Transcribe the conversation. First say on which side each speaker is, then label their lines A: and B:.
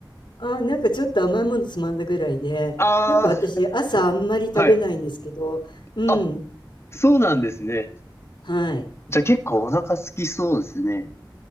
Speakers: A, on the left; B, on the left.
A: あ、なんかちょっと甘いものつまんだぐらいで、
B: あ
A: なんか私朝あんまり食べないんですけど、
B: あー、はい。
A: うん、
B: あ、そうなんですね。
A: はい。
B: じゃあ結構お腹空きそうですね。